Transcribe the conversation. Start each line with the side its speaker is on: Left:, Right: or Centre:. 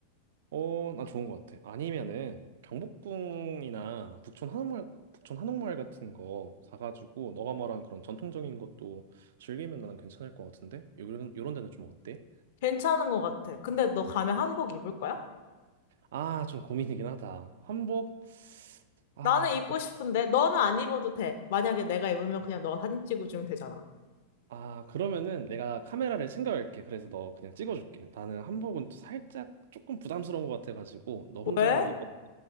Right: 어, 나 좋은 것 같아. 아니면은 경복궁이나 북촌 한옥마을, 북촌 한옥마을 같은 거 가가지고 너가 말한 그런 전통적인 것도 즐기면 나는 괜찮을 것 같은데? 요런, 요런 데는 좀 어때?
Left: 괜찮은 것 같아. 근데 너 가면 한복 입을 거야?
Right: 아, 좀 고민이긴 하다. 한복? 아,
Left: 나는 입고
Right: 그-
Left: 싶은데 너는 안 입어도 돼. 만약에 내가 입으면 그냥 너가 사진 찍어주면 되잖아.
Right: 아, 그러면은 내가 카메라를 챙겨갈게. 그래서 너 그냥 찍어줄게. 나는 한복은 살짝 조금 부담스러운 것 같아가지고 너 혼자
Left: 왜?
Right: 입었